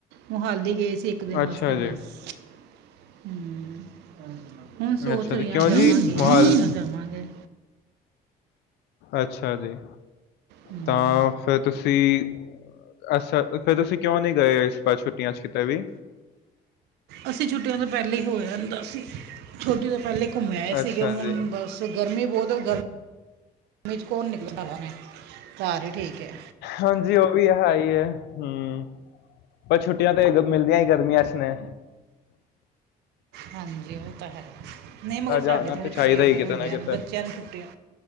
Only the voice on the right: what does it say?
ਮੋਹਾਲੀ ਗਏ ਸੀ ਇੱਕ ਦਿਨ
ਵਾਸਤੇ ਬਸ
ਹੂੰ। ਹੁਨ ਸੋਚ
ਰਈ
ਆਂ, ਜਾਵਾਂਗੇ
ਅੰਬਰਸਰ ਜਾਵਾਂਗੇ।
ਹੂੰ
ਅਸੀਂ ਛੁੱਟੀਆਂ ਤੋਂ ਪੈਲਾਂ ਹੀ ਹੋ ਆਂਦਾ ਸੀ ਛੋਟੀ ਪੈਲੇ ਘੁੰਮੇ ਆਏ
ਸੀਗੇ ਹੁਨ
ਬਸ, ਗਰਮੀ ਬੋਤ ਗਰਮ ਗਰਮੀ ਚ ਕੋਨ <unintelligible> ਘਾਰ ਈ ਠੀਕ ਏ।
ਹਾਂਜੀ ਓ ਤਾਂ ਹੈ, ਨਈ
ਮਗਰ
ਸਾਡੇ ਥੋੜੇ
ਛੁੱਟੀਆਂ
ਪ
ਹੁੰਦੀਆਂ
ਨੇ ਬੱਚੇਆਂ ਨੂੰ ਛੁੱਟੀਆਂ